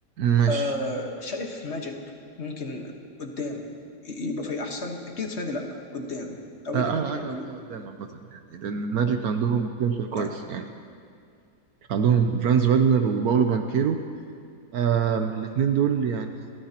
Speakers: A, on the right; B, on the left.
A: ماشي
B: آه شايف ماجيك ممكن قدام يبقى فريق احسن اكيد السنه دي لا قدام او
A: آه،
B: ايه اللي
A: أعلى
B: ممكن
A: حاجة
B: يعملوه
A: قلتها قدام عامة يعني لأن الماجيك عندهم بوتنشال كويس
B: لا
A: يعني عندهم فرانز فاجنر وباولو بانكيرو آه الاتنين دول يعني